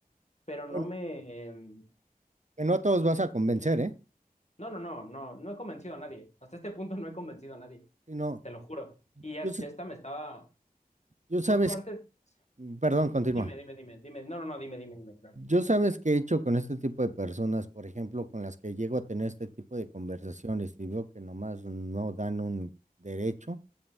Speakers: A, on the left; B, on the right.
A: pero no
B: Bueno,
A: me,
B: que no a todos vas a convencer, ¿eh?
A: No, no, no, no, no he convencido a nadie. Hasta este punto no he convencido a nadie,
B: Si no,
A: te lo juro. Y ya,
B: yo, s-
A: ya está, me estaba
B: yo sabes,
A: justo antes.
B: perdón,
A: di-
B: continúa.
A: Dime, dime, dime, dime. No, no, no, dime, dime, dime, claro.
B: Yo sabes qué he hecho con este tipo de personas, por ejemplo, con las que llego a tener este tipo de conversaciones y veo que nomás no dan un derecho,